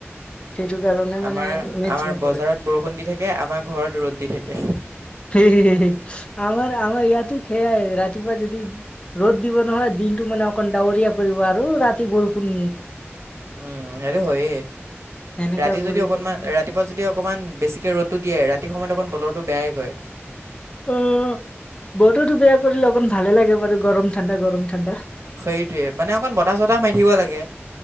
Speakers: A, on the left; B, on the right.
A: সেইটো কাৰণে মানে
B: আমাৰ
A: মেচ
B: আমাৰ
A: নকৰে।
B: বজাৰত বৰষুণ দি থাকে আমাৰ ঘৰত ৰ'দ দি থাকে
A: আমাৰ আমাৰ ইয়াতো খেয়াই ৰাতিপুৱা যদি ৰ'দ দিব নহয় দিনটো মানে অকণ ডাৱৰীয়া কৰিব আৰু ৰাতি বৰষুণ
B: উম হেৰি হয়
A: এনেকা
B: ৰাতি
A: কৰি
B: যদি অকণমান
A: থাকে।
B: ৰাতিপুৱা যদি অকণমান বেছিকে ৰ'দটো দিয়ে ৰাতি সময়ত অকমান বতৰটো বেয়াই কয়
A: অ বতৰতো বেয়া কৰিলে অকন ভালে লাগে বাৰু গৰম ঠাণ্ডা গৰম ঠাণ্ডা
B: সেইটোৱে মানে অকণ বতাহ চতাহ মাৰি থাকিব লাগে